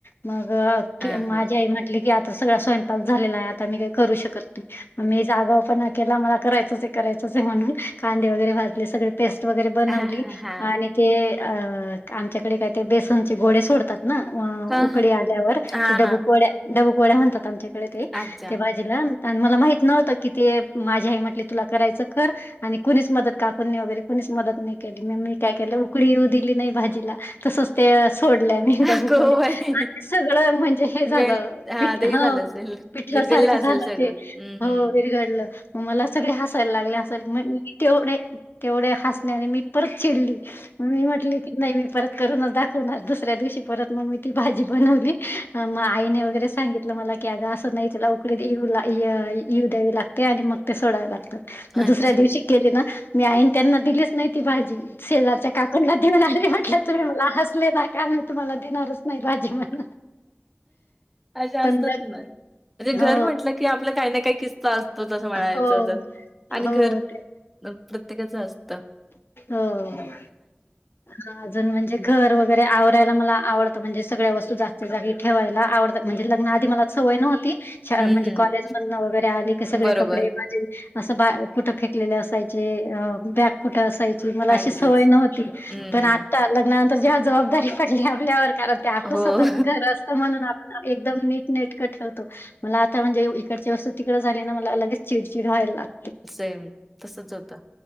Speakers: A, on the left; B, in the centre.
A: मग
B: हां, हां.
A: माझी आई म्हट ली की, आता सगळा स्वयंपाक झालेला हाय. आता मी काय करू शकत नाही. मी आसा आगावपणा केला. मला करायचंचय, करायचंचय म्हणून. कांदे वगैरे भाजले सगळे. पेस्ट वगैरे बनवली.
B: हां, हां, हां.
A: आणि ते अ आमच्याकडे काय ते? बेसनचे गोडे सोडतात. ते ना
B: हां,
A: उकडी आल्यावर.
B: हां,
A: ते डबूपोळ्या,
B: हां.
A: डबूपोळ्या म्हणतात आमच्याकडे ते.
B: अच्छा.
A: ते भाजी मला माहित नव्हत की ते. माझी आई म्हटली, तुला करायचं तर कर. आणि कुणीच मदत, काकून वगैरे कुणीच मदत नाही केली. म मी काय केलं, उकडी येऊ दिली नाही भाजीला. तसंच ते सोडल्या डब्बू
B: अगो
A: पोळ्या.
B: बाई!
A: आणि सगळं म्हणजे हे झालं.
B: मेल्ट हां,
A: पिठलं.
B: ते
A: ह.
B: झालं असेल.
A: पिटलसारखं
B: विरघळलं असेल
A: झालं
B: सगळं.
A: ते.
B: हं,
A: हो
B: हं.
A: विरघडलं. म मला सगळे हसायला लागले. असल मग तेवढे तेवढ्या हसण्याने, मी परत चिडली. मी म्हटली की नाय मी परत करूनच दाखवणार दुसऱ्या दिवशी परत मग मी ती भाजी बनवली अ म आईने वगैरे सांगित सागितलं मला की अग असं नाही त्यला उकळी येऊ अ येऊ द्यावी लागते आणि मग ते सोडावे लागतात.
B: अच्छा.
A: म दुसऱ्या दिवशी केली ना मी आईन त्यांना दिलीच नाय ती भाजी शेजारच्या काकूंना देऊन आले म्हटलं तुम्ही मला हसले ना काल मी तुम्हाला देणारच नाही भाजी म्हणून
B: अशे असतात
A: पण जर
B: ना म्हणजे घर
A: हो
B: म्हटलं की आपलं काय ना काय किस्स स्सा असतो असच असं म्हणायचं
A: हो
B: तर आणि
A: हो
B: घर
A: ते
B: प्रत्येकाचं असत
A: हो. हा अजून म्हणजे घर वगैरे आवरायला मला आवडतं म्हणजे सगळ्या वस्तू जगाच्या जागी ठेवायला आवडतं म्हणजे लग्ना आधी मला सवय नव्हती. शाळा
B: हं,
A: म्हणजे
B: हं.
A: कॉलेज मधन वगैरे आले की सगळे
B: बरोबर.
A: कपडे माझी असं बा कुठं फेकलेले असायचे अ बॅग कुठं अस यची मला अशी
B: अगदीच.
A: सवय नव्हती
B: हं,
A: पण
B: हं.
A: आता लग्नानंतर जेव्हा जबाबदारी पडली आपल्यावर कारण ते आपलं
B: हो.
A: स्वतःचं घर असतं म्हणून आपण एक एकदम नीट नेटक ठेवतो मला आता म्हणजे इकडची वस्तू तिकड झाली ना मला लगेच चिडचिड व्हायला लाग
B: सेम तसच होत